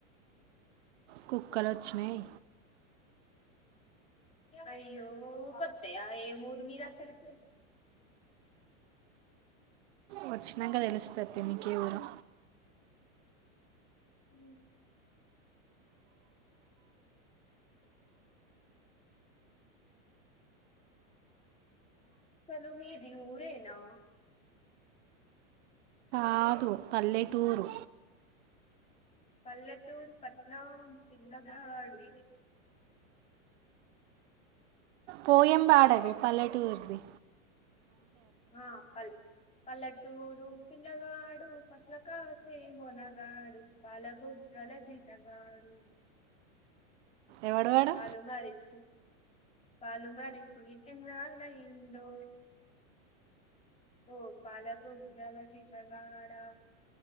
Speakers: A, on the right (about 55°); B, on the left (about 15°).
A: కుక్కలచ్చినాయి
B: అయ్యో ఊకొత్తయా ఏం ఊరు మీది అసలుకి
A: వచ్చినంక తెలుస్తది తీ నీకేే ఊరో
B: ఊ సలు మీది ఊరేనా
A: కాదు పల్లెటూరు
B: పల్లెటూరు పట్నాం పిల్లగాడు
A: పోయం పాడవే పల్లెటూర్ ది
B: ఆ పల్ పల్లెటూరు పిల్లగాడు ఫస్ల కాసే మొనగాడు పాలబు గ్గల జీతగాడు
A: ఎవడు వాడు
B: పాలు మరిసు పాలు మరిసి ఎన్నాళ్ళయ్యిందో ఓ పాలబుగ్గల జీతగాడా